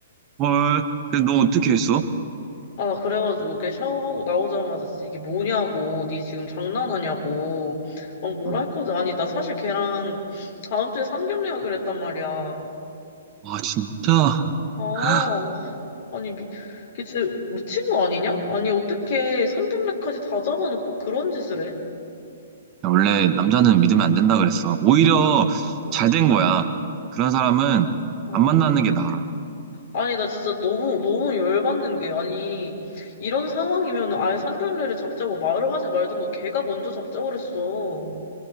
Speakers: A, on the right; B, on the left.
A: 헐, 근데 너 어떻게 했어?
B: 아, 나 그래가지고 걔 샤워하고 나오자마자 진짜 이게 뭐냐고, 니 지금 장난하냐고, 막 뭐라
A: 응.
B: 했거든. 아니, 나 사실 걔랑 다음 주에 상견례하기로 했단 말이야.
A: 와, 진짜.
B: 아,
A: <gasps>
B: 아니, 미, 걔 진짜 미친 거 아니냐? 아니, 어떻게 상견례까지 다 잡아놓고 그런 짓을 해?
A: 야, 원래 남자는 믿으면 안 된다 그랬어. 오히려
B: 어.
A: 잘 된 거야. 그런 사람은
B: 어.
A: 안 만나는 게 나아. <gasps>
B: 아니, 나 진짜 너무, 너무 열받는 게, 아니, 이런 상황이면 아예 상견례를 잡자고 말을 하지 말든가 걔가 먼저 잡자고 그랬어.